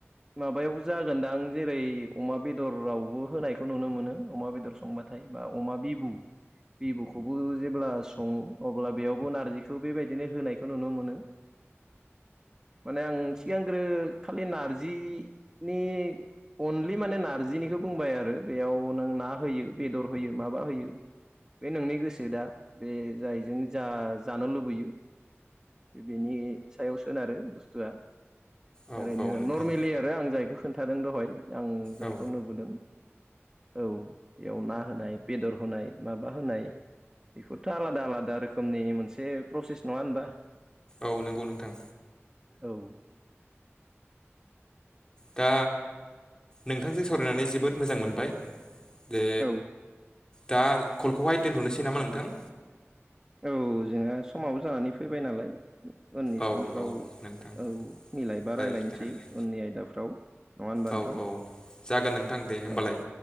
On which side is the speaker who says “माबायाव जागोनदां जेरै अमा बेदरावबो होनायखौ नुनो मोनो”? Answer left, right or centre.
Right